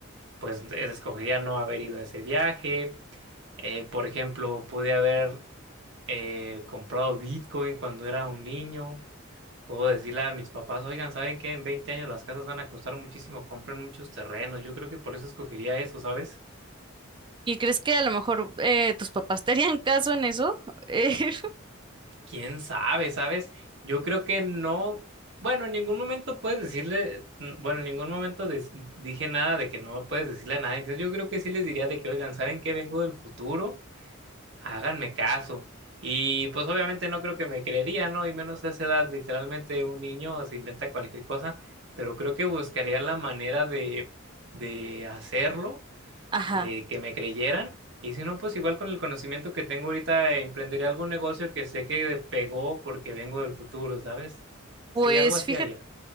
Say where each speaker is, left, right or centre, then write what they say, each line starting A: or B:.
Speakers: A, on the right (about 65°); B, on the right (about 25°).
A: pues es- escogería no haber ido a ese viaje. Eh, por ejemplo, pude haber eh, comprado Bitcoin cuando era un niño. Puedo decirle a mis papás, oigan, ¿saben qué? En 20 años las casas van a costar muchísimo, compren muchos terrenos. Yo creo que por eso escogería eso, ¿sabes?
B: ¿Y crees que a lo mejor eh, tus papás te harían caso en eso? <laughs> Eh,
A: ¿Quién sabe, sabes? Yo creo que no, bueno, en ningún momento puedes decirle, mm, bueno, en ningún momento des- dije nada de que no puedes decirle a nadie. Entonces yo creo que sí les diría de que, oigan, ¿saben qué? Vengo del futuro. háganme caso. Y pues obviamente no creo que me creería, ¿no? Y menos a esa edad, literalmente un niño se inventa cualquier cosa, pero creo que buscaría la manera de, de hacerlo,
B: ajá.
A: de que me creyeran. Y si no, pues igual con el conocimiento que tengo ahorita, eh, emprendería algún negocio que sé que pegó porque vengo del futuro, ¿sabes?
B: Pues
A: Sí, algo así
B: fíjate,
A: haría.